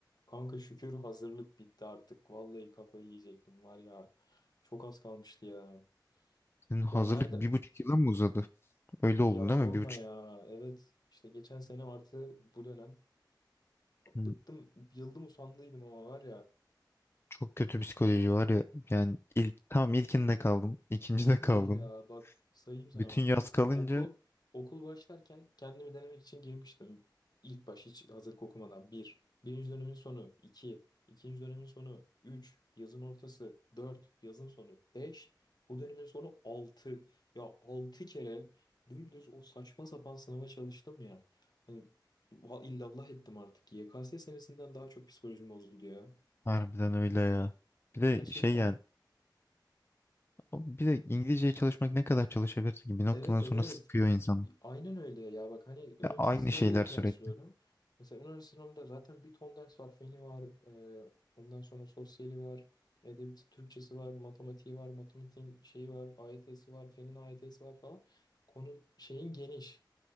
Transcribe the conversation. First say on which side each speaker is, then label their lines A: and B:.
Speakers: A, on the left; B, on the left.
A: Kanka şükür hazırlık bitti artık. Vallahi kafayı yiyecektim var ya. Çok az kalmıştı ya.
B: Senin hazırlık
A: Ya nerede?
B: bir buçuk yıla mı uzadı? Öyle oldu
A: Ya
B: değil
A: sorma
B: mi? Bir buçuk.
A: ya. Evet işte geçen sene artı bu dönem.
B: Hı,
A: Bıktım, yıldım usandıydım ama var ya.
B: Çok kötü psikoloji var ya. Yani ilk, tamam ilkinde kaldım. ikincide kaldım.
A: Öyle ya bak sayayım sana
B: Bütün
A: bak.
B: yaz kalınca
A: Okul okul başlarken kendimi denemek için girmiştim. İlk baş hiç hazırlık okumadan. Bir. Birinci dönemin sonu. İki. ikinci dönemin sonu. Üç. Yazın ortası. Dört. Yazın sonu. Beş. Bu dönemin sonu altı. Ya altı kere dümdüz o saçma sapan sınava çalıştım ya. Hani va- illallah ettim artık. YKS senesinden daha çok psikolojim bozuldu ya.
B: harbiden öyle ya. Bir de
A: Gerçekten.
B: şey yani o- bir de İngilizceye çalışmak ne kadar çalışabilirsin ki bir noktadan
A: Evet evet.
B: sonra sıkıyor insan.
A: Aynen öyle ya bak hani üniversite
B: Ya aynı
A: sınavıyla
B: şeyler
A: kıyaslıyorum.
B: sürekli.
A: Mesela üniversite sınavında zaten bir ton ders var. Feni var, e, ondan sonra sosyali var, edebiyatı, Türkçesi var, matematiği var, matematiğin şeyi var, AYT'si var, fenin AYT'si var falan. Konu şeyin geniş.